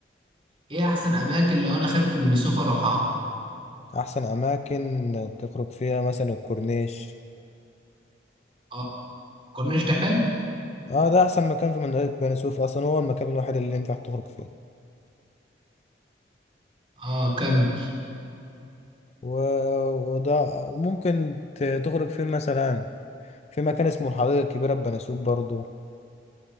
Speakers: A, on the right; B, on the left.
A: ايه احسن اماكن لو انا خارج في بني سويف اروحها
B: احسن اماكن تخرج فيها مثلا الكورنيش
A: اه الكورنيش ده حلو
B: اه ده احسن مكان في منطقه بني سويف اصلا هو المكان الوحيد اللي ينفع تخرج فيه
A: اه كم
B: و... وده ممكن ت- تخرج فيه مثلا في مكان اسمه الحديقه الكبيره في بني سويف برضو